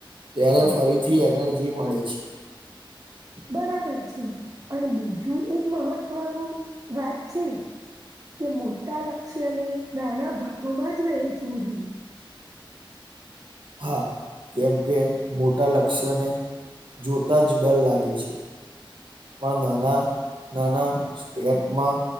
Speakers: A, on the right (about 65°); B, on the right (about 40°).
A: ત્યારે ફરીથી એનર્જી મળે છે.
B: બરાબર છે અને બીજું એક મહત્વનું વાત છે કે મોટા લક્ષ્યને નાના ભાગોમાં જ વહેંચવું જોઈએ
A: હા કેમ કે મોટા લક્ષ્યને જોતા જ ડર લાગે છે પણ નાના નાના સ્ટેપમાં